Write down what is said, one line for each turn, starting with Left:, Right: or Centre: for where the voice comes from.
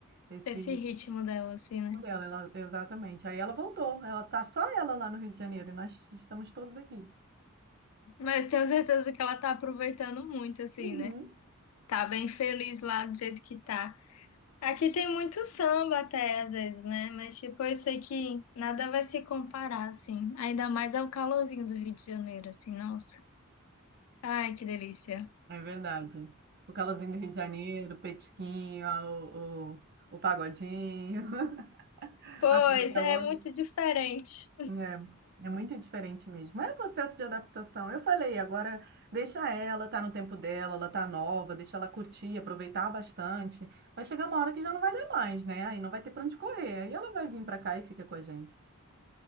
Right: esse
Left: Esse ritmo dela, assim, né?
Right: dela, ela- exatamente. Aí ela voltou. Ela tá só ela lá no Rio de Janeiro e nós estamos todos aqui.
Left: Mas tenho certeza que ela tá aproveitando muito, assim,
Right: Uhum.
Left: né? Tá bem feliz lá do jeito que tá. Aqui tem muito samba até, às vezes, né? Mas, tipo, eu sei que nada vai se comparar, assim. Ainda mais ao calorzinho do Rio de Janeiro, assim, nossa. Ai, que delícia.
Right: É verdade. O calorzinho do Rio de Janeiro, o petisquinho, a- o, o, o pagodinho, <laughs>
Left: Pois,
Right: a comida
Left: é
Right: hora.
Left: muito diferente.
Right: É, é muito diferente mesmo. Mas É processo de adaptação. Eu falei, agora deixa ela, tá no tempo dela, ela tá nova, deixa ela curtir, aproveitar bastante. Vai chegar uma hora que já não vai dar mais, né? Aí não vai ter pra onde correr. Aí ela vai vir pra cá e fica com a gente.